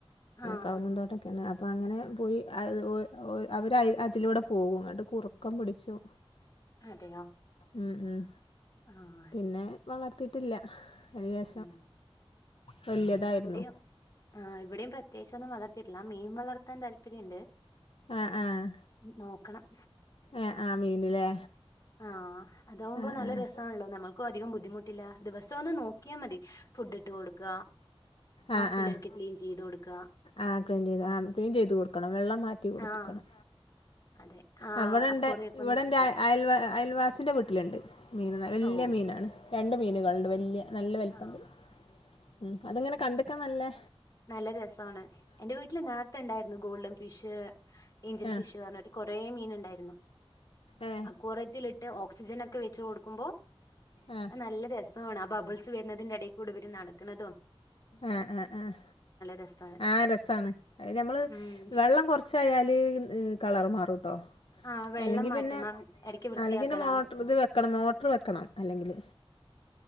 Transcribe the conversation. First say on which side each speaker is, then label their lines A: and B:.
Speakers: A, on the left (about 35°); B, on the left (about 60°).
A: ആഹ്
B: കവുങ്ങ്ന്തോട്ടൊക്കെയാണ് അ പ്പം അങ്ങനെ പോയി അത് അവര് അതിലൂടെ പോകുംന്ന്ട്ട് കുറുക്കൻ പിടിച്ചും
A: അതെയോ.
B: ഉം ഉം
A: ആഹ്
B: പിന്നെ വളർത്തിട്ടില്ല. അതിന് ശേഷം
A: ഉം
B: വലിയതായിരുന്നു.
A: ഇവിടെയും ആഹ് ഇവിടെയും പ്രത്യേകിച്ചൊന്നും വളർത്തിട്ടില്ല മീൻ വളർത്തൻ താല്പര്യണ്ട്
B: ആഹ് ആഹ്
A: നോക്കണം.
B: ആഹ് ആ ഹ് മീനിലേ.
A: ആഹ് അതാമ്പോ
B: ആഹ്
A: നല്ല
B: ആഹ്
A: രസണല്ലോ നമ്മൾക്കും അധികം ബുദ്ധിമുട്ടില്ല ദിവസം ഒന്ന് നോക്കിയാ മതി. ഫുഡ് ഇട്ട് കൊടുക്ക മാസത്തിലൊരിക്കെ
B: ആഹ് ആഹ്
A: ക്ലീൻ ചെയ്ത് കൊടുക്ക.
B: ആഹ് ക്ലീൻ ആഹ് ക്ലീൻ ചെയ്ത് കൊടുക്കണം വെള്ളം മാറ്റി കൊടുക്കണം.
A: ആഹ് അതെ. ആഹ്
B: അഹ ഇവിടെ
A: അക്കോറിയൊക്കെ
B: ണ്ട് ഇവിടെൻ്റെ
A: ഒന്ന് വൃത്തിയാക്കണം
B: അയൽ അയൽവാസിൻ്റെ വീട്ടിലുണ്ട് മീൻ വലിയ
A: ഓ
B: മീനാ. രണ്ട് മീനുകളുണ്ട് വല്യ നല്ല വലുപ്പണ്ട്
A: ആഹ്
B: ഉം അതിങ്ങനെ കണ്ട്ക്കാൻ നല്ലേ.
A: നല്ല രസമാണ് എന്റെ വീട്ടില് നേരത്തെ ഉണ്ടായിരുന്നു ഗോൾഡൻ ഫിഷ് ഏഞ്ചൽ
B: ആ
A: ഫിഷ് പറഞ്ഞിട്ട്. കൊറേ മീന് ഉണ്ടായിരുന്നു.
B: ഏ
A: അക്വറിയത്തിലിട്ട് ഓക്സിജൻ ഒക്കെ വെച്ച് കൊടുക്കുമ്പോ
B: ആ
A: നല്ല രസ രസമണ് ആ ബബിൾസ് വരുന്നതിന്റെ ഇടയിൽ കൂടെ ഇവര് നടക്കണതും.
B: ആഹ് ആഹ് ആഹ്
A: രസമാണ്
B: ആഹ രസാണ് അത് നമ്മള്
A: ഉം
B: വെള്ളം കുറച്ച് കൊറചചാല് കളർ മാറുംട്ടോ.
A: ആ വെള്ളം
B: അല്ലെങ്കി
A: മാറ്റണം
B: പിന്നെ
A: ഇടയ്ക്ക് വൃത്തിയാക്കണം
B: അല്ലെങ്കിൽന്നെ മോട്ടർ ഇത് വെക്കണം മോട്ടർ വെക്കണം അല്ലെങ്കില്.